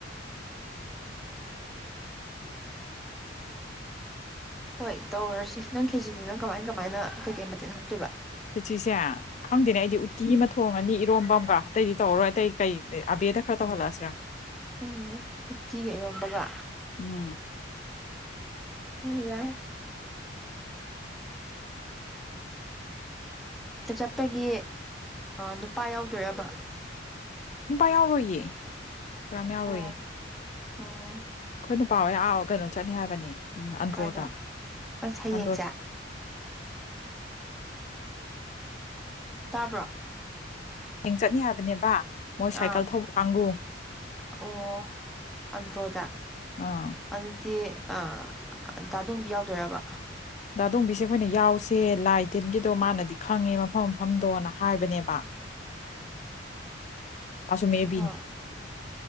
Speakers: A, in the centre; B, on the left.
A: ꯎ ꯍꯣꯏ ꯇꯧꯔꯁꯤ ꯅꯪ ꯈꯦꯖꯤꯁꯤ ꯅꯪ ꯀꯃꯥꯏ ꯀꯃꯥꯏꯅ ꯀꯩꯀꯩ ꯃꯇꯦꯜ ꯍꯥꯝꯆꯣꯏꯕ
B: ꯆꯁꯦ ꯈꯪꯗꯦꯅꯦ ꯑꯩꯗꯤ ꯎꯠꯇꯤ ꯑꯃ ꯊꯣꯡꯉꯅꯤ ꯏꯔꯣꯝꯝꯕ ꯑꯃꯒ ꯑꯇꯩꯗꯤ ꯇꯧꯔꯔꯣꯏ ꯑꯇꯩ ꯀꯩ ꯑꯕꯦꯗ ꯈꯔ ꯇꯧꯍꯜꯂꯛꯑꯁꯤꯔꯥ
A: ꯎꯝ ꯎꯇꯤꯒ ꯏꯔꯣꯝꯕꯒ
B: ꯎꯝ
A: ꯑ ꯆꯠꯄꯒꯤ ꯅꯨꯄꯥ ꯌꯥꯎꯗꯣꯏꯔꯕ
B: ꯅꯨꯄꯥ ꯌꯥꯎꯔꯣꯏꯌꯦ ꯀꯔꯝ ꯌꯥꯎꯔꯣꯏꯌꯦ
A: ꯑꯣ ꯑꯣ
B: ꯑꯩꯈꯣꯏ ꯅꯨ ꯄꯥꯎ ꯍ ꯑ ꯀꯩꯅꯣ ꯆꯠꯅꯤ ꯍꯥꯏꯕꯅꯤ ꯎꯝ ꯑꯟꯗ꯭ꯔꯣꯗ
A: ꯀꯗ ꯁꯌꯦꯡꯁꯦ
B: ꯑꯟꯗ꯭ꯔꯣ
A: ꯇꯥꯕ꯭ꯔꯥ
B: ꯍꯌꯦꯡ ꯆꯠꯅꯤ ꯍꯥꯏꯕꯅꯦꯕ ꯃꯣꯏ ꯁꯥꯏꯀꯜ
A: ꯑꯥ
B: ꯊꯧꯕ ꯀꯥꯡꯕꯨ
A: ꯑꯣ ꯑꯟꯗ꯭ꯔꯣꯗ
B: ꯑꯥ
A: ꯑꯗꯨꯗꯤꯥꯗꯣꯡꯕ ꯌꯥꯎꯗꯣꯏꯔꯕ
B: ꯗꯗꯣꯝꯕꯤꯁꯦ ꯑꯩꯈꯣꯏꯅ ꯌꯥꯎꯁꯦ ꯂꯥꯏ ꯇꯤꯟꯒꯤꯗꯣ ꯃꯥꯅꯗꯤ ꯈꯪꯉꯦ ꯃꯐꯝ ꯃꯐꯝꯗꯣꯅ ꯍꯥꯏꯕꯅꯦꯕ ꯑꯁꯨ ꯃꯕꯤ
A: ꯑꯥ